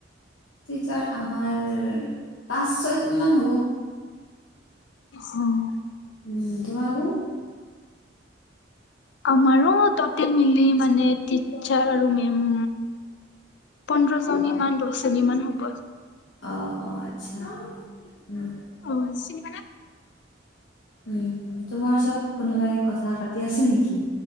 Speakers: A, on the left; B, on the left.
A: টিচাৰ আমাৰ পাঁচ ছয়জনী মান হ'ব।
B: উম।
A: উম, তোমালোকৰ?
B: আমাৰো টটেল মিলি মানে টিচাৰ আৰু মেম পোন্ধৰ জনী মান, দহ জনী মান হ'ব।
A: অ', অ', আচ্ছা উম।
B: অ', চিনি পালা?
A: উম। তোমাৰ ওচৰত কোনোবাই কথা পাতি আছে নেকি?